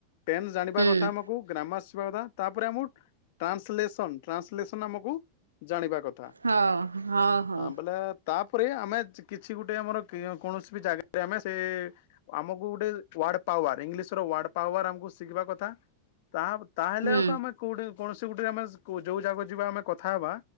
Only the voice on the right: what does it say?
ହୁଁ।
ହଁ ହଁ ହଁ
ହୁଁ